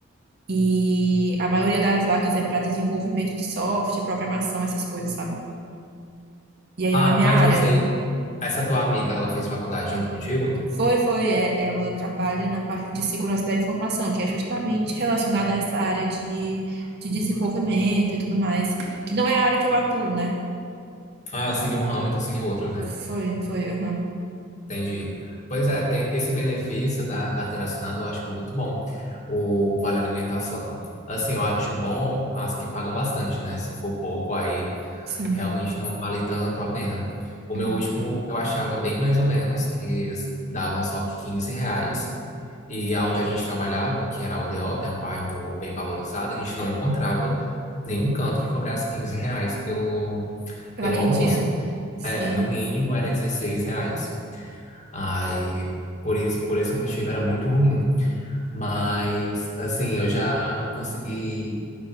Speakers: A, on the right (about 50°); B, on the left (about 35°).
A: E a maioria das vagas é para desenvolvimento de software, programação, essas coisas, sabe? E aí
B: Ah,
A: não é minha
B: mas
A: área.
B: você, essa tua amiga, ela fez faculdade junto contigo?
A: Foi, foi, é, ela trabalha na parte de segurança da informação, que é justamente relacionada a essa área de, de desenvolvimento e tudo mais, que não é a área que eu atuo, né?
B: Ah, ela seguiu um ramo, então seguiu outro, né?
A: Foi, foi, aham.
B: Entendi. Pois é, tem esse benefício da carteira assinada eu acho muito bom. O vale alimentação. Assim, eu acho bom as que pagam bastante, né? Se for pouco, aí
A: Sim.
B: Realmente não vale tanto a pena. O
A: uhum.
B: meu último eu achava bem mais ou menos, que eles davam só 15 reais. E aonde a gente trabalhava, que era a Aldeota, é um bairro bem valorizado, a gente não encontrava nenhum canto que cobrasse 15 reais pelo,
A: Pela
B: pelo
A: quentinha.
B: almoço.
A: Sim.
B: É, no mínimo era 16 reais. Aí, por isso, por esse motivo era muito ruim. Mas, assim, eu já consegui